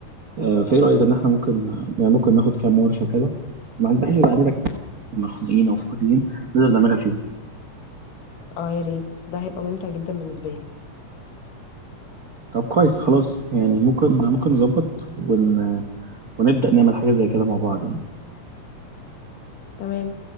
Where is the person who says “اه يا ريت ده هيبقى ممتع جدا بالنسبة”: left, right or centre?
Left